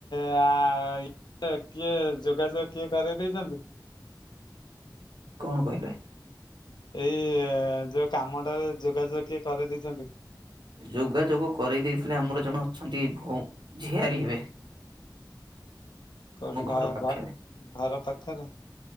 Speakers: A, on the left; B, on the right.
A: ଇ ଆ କିଏ ଯୋଗାଯୋଗ କିଏ କରେଇ ଦେଇେଇଛନ୍ତି।
B: କଣ କହିଲେ?
A: ଏଇ ଯୋଉ କାମଟାରେ ଯୋଗାଯୋଗ କିଏ କରିଦେଇଛନ୍ତି?
B: ଯୋଗାଯୋଗ କରଇ ଦେଇଥିଲେ ଆମର ଜଣେ ଅଛନ୍ତି ଭ ଝିଆରୀ ହେବେ।
A: କୋଉଠି
B: ଆମ
A: ଘ
B: ଘର ପାଖରେ
A: ଘ ଘର ପାଖରେ?